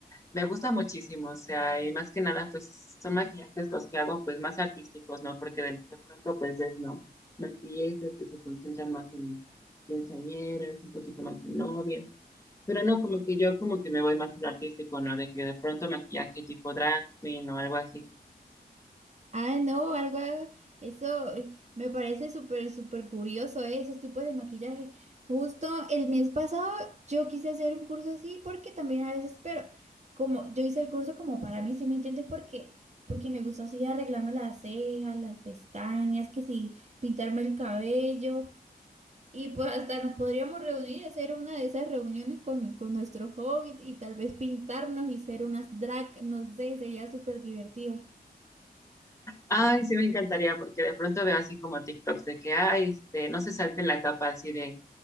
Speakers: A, on the left; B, on the right.
A: me gusta muchísimo, o sea, y más que nada, pues son maquillajes los que hago pues más artísticos, ¿no? Porque de, de pronto pues ves, ¿no? Maquillistas que se concentran más en quinceañeras, un poquito más en novias. Pero no, como que yo como que me voy más a lo artístico, ¿no? De que de pronto maquillaje tipo drag queen o algo así.
B: Ah, no, algo, eso eh, me parece súper, súper curioso, eh, esos tipos de maquillaje. Justo el mes pasado yo quise hacer un curso así porque también a veces, pero como yo hice el curso como para mí, sí me entiendes? Porque, porque me gusta así arreglarme las cejas, las pestañas, que sí, pintarme el cabello. Y pues hasta nos podríamos reunir y hacer una de esas reuniones con, con nuestro hobbit y tal vez pintarnos y ser unas drag, no sé, sería súper divertido.
A: Ay, sí me encantaría porque de pronto veo así como TikToks de que, ay, este, no se salten la capa así de